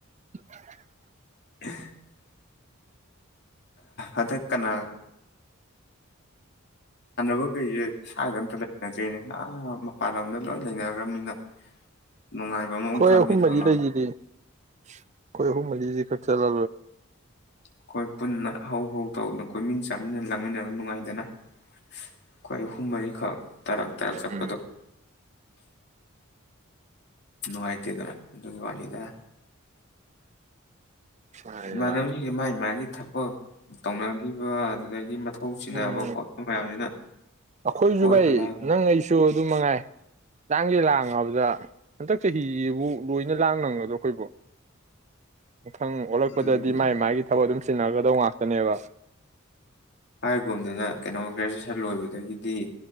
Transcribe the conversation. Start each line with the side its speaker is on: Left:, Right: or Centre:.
Right: <unintelligible>
Left: <unintelligible> ꯑꯗꯨꯗ ꯀꯅꯥꯒ ꯁꯥꯟꯅꯕ ꯀꯩꯁꯦ ꯁ꯭ꯋꯥꯏꯗ ꯑꯃꯝꯇ ꯂꯩꯅꯗ꯭ꯔꯤꯅꯦ ꯃꯄꯥꯟꯂꯣꯝꯗ ꯂꯣꯏ ꯂꯩꯅꯈ꯭ꯔꯕꯅꯤꯅ ꯅꯨꯡꯉꯥꯏꯕ ꯑꯃ
Right: ꯑꯩꯣꯏ
Left: ꯈꯪꯗꯤ
Right: ꯑꯍꯨꯝ
Left: ꯈꯪꯉꯔꯣꯏ
Right: ꯃꯔꯤ ꯂꯩꯈꯤꯗꯤ ꯑꯩꯣꯏ ꯑꯍꯨꯝ ꯃꯔꯤꯁꯦ ꯈꯛ ꯆꯂ
Left: ꯑꯩꯈꯣꯏ ꯄꯨꯟꯅ ꯍꯧ ꯇꯧꯗꯅ ꯀꯣꯏꯃꯤꯟ ꯆꯥꯃꯤꯟꯅ ꯂꯥꯡꯃꯤꯟꯅꯕ ꯅꯨꯡꯉꯥꯏꯗꯅ ꯑꯩꯈꯣꯏ ꯑꯍꯨꯝ ꯃꯔꯤꯈꯛ ꯇꯔꯛ ꯇꯔꯛ ꯆꯠꯄꯗꯣ
Right: ꯎꯝ
Left: ꯅꯨꯡꯉꯥꯏꯇꯦꯗꯅ ꯑꯗꯨꯒꯤ ꯋꯥꯅꯤꯗ
Right: ꯃꯥꯅꯤ
Left: ꯃꯅ
Right: ꯃꯥꯅꯤ
Left: ꯃꯥꯥꯏ ꯃꯥꯒꯤꯦ ꯊꯕꯛ ꯇꯧꯅꯒꯤ ꯑꯣ ꯑꯗꯨꯗꯒꯤ ꯃ ꯃꯊꯧ ꯆꯅꯕ
Right: ꯎꯝ
Left: ꯈꯣꯠꯄ ꯃꯌꯥꯝꯁꯤꯅ
Right: ꯑꯩꯈꯣꯏꯁꯨ
Left: ꯀꯣꯏꯕ
Right: ꯚꯥꯏ
Left: ꯂꯥꯡꯕ
Right: ꯅꯪ ꯑꯩꯁꯨ ꯑꯗꯨꯝ ꯃꯉꯥꯏ ꯆꯥꯡꯒꯤꯦ ꯂꯥꯡ ꯥꯕꯗ ꯍꯟꯗꯛ ꯆꯍꯤꯁꯤꯕꯨ ꯂꯣꯏꯅ ꯂꯥꯡ ꯅꯪꯒꯗ꯭ꯔꯣ ꯑꯩꯈꯣꯏꯕꯨ ꯃꯊꯪ ꯑꯣꯜꯂꯛꯄꯗꯗꯤ
Left: ꯑꯗꯨꯝ
Right: ꯃꯥꯥꯏ ꯃꯥꯒꯤ ꯊꯕꯛ ꯑꯗꯨꯝ ꯆꯟꯅꯒꯗꯧ ꯉꯥꯛꯇꯅꯦꯕ
Left: ꯍꯥꯏꯒꯨꯝꯗꯅ ꯀꯩꯅꯣ ꯁꯟ ꯂꯣꯏꯕꯗꯒꯤꯗꯤ